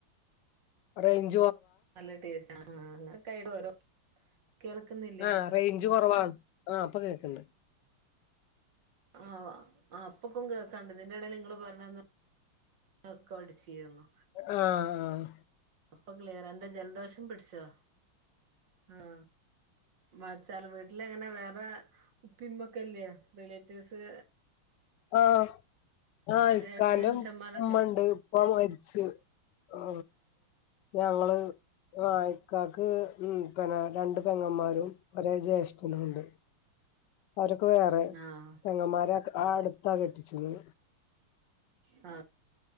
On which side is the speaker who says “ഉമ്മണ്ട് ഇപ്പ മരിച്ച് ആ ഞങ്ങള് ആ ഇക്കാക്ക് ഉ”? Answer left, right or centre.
Left